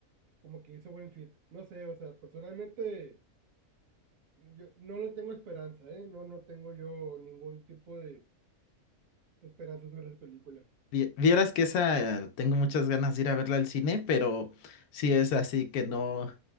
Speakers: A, on the right; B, on the left.
A: como que hizo buen fit. No sé, o sea, personalmente yo no le tengo esperanza, ¿eh? No, no tengo yo ningún tipo de esperanza sobre esa película.
B: Vi- Vieras que esa eh, tengo muchas ganas de ir a verla al cine, pero sí es así que no,